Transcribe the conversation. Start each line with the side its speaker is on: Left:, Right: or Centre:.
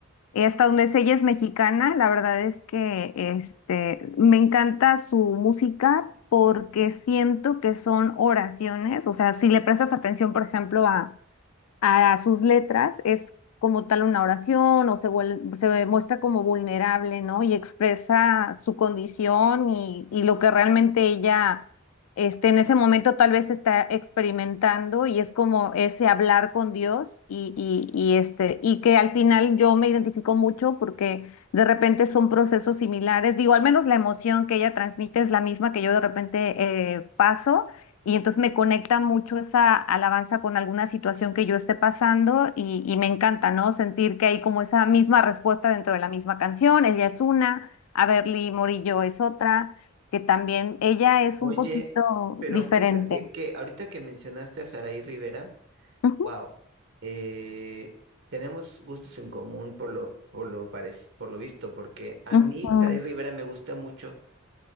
Left: eh, Hasta donde sé, ella es mexicana, la verdad es que este, me encanta su música porque siento que son oraciones, o sea, si le prestas atención, por ejemplo, a, a sus letras es como tal una oración o se, vuel- se muestra como vulnerable, ¿no? Y expresa su condición y, y lo que realmente ella este, en ese momento tal vez está experimentando y es como ese hablar con Dios y, y, y, este, y que al final yo me identifico mucho porque de repente son procesos similares, digo, al menos la emoción que ella transmite es la misma que yo de repente eh, paso. Y entonces me conecta mucho esa alabanza con alguna situación que yo esté pasando y, y me encanta, ¿no? Sentir que hay como esa misma respuesta dentro de la misma canción. Ella es una, a Berly Morillo es otra, que también ella es
Right: Oye,
Left: un poquito
Right: pero
Left: diferente.
Right: fíjate que ahorita que mencionaste a Saraí Rivera,
Left: Ujú,
Right: Wow. Eh, tenemos gustos en común por lo, por lo parec- por lo visto, porque a
Left: ujú,
Right: mí Saray Rivera me gusta mucho.